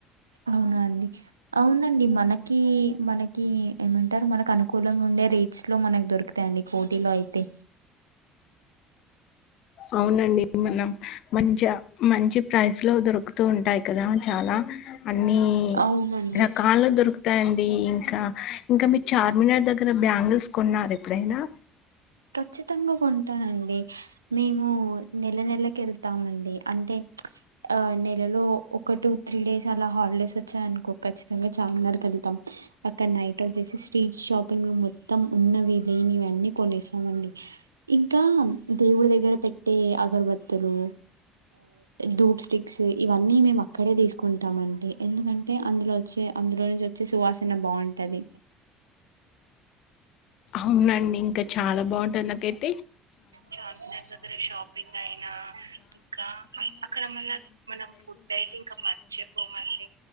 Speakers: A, on the right (about 85°); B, on the left (about 55°).
A: అవునా అండి. అవునండి మనకి మనకి ఏమంటారు మనకు అనుకూలంగా ఉండే రేట్స్ లో మనకు దొరుకుతాయి అండి కోటీలో అయితే
B: అవునండి మనం మంచి మంచి ప్రైస్ లో దొరుకుతూ ఉంటాయి కదా చాలా అన్నీ
A: అవునండి
B: రకాలు దొరుకుతాయండి ఇంకా ఇంకా మీ చార్మినార్ దగ్గర బ్యాంగిల్స్ కొన్నారు ఎప్పుడైనా
A: ఖచ్చితంగా కొంటానండి మేము నెల నెలకి వెళ్ తామండి అంటే ఆ నెలలో ఒక టూ త్రీ డేస్ అలా హాలిడేస్ వ వచ్చాయి అనుకో ఖచ్చితంగా చార్మినార్ కా వెళ్తాం అక్కడ నైట్ వచ్చేసి స్ట్రీట్ షాపింగ్ లో మొత్తం ఉన్నవి లేనివి అన్నీ కొనేస్తా కొంటాం మండి ఇంకా దేవుడి దగ్గర పెట్టే అగరబతి లు డూప్ స్టిక్స్ ఇవన్నీ మేం అక్కడే తీసుకు కుంటామండి ఎందుకంటే అంటే అందులో వచ్చే అందులో నుంచి వచ్చే సువాసన బాగుంటది
B: అవునండి ఇంకా చాలా బాగుంటది నాకైతే
A: చార్మినార్ దగ్గర షాపింగ్ అయినా ఇంకా అక్కడ మల్ల మనం ఫుడ్ అయితే ఇంకా మర్చిపోము అండి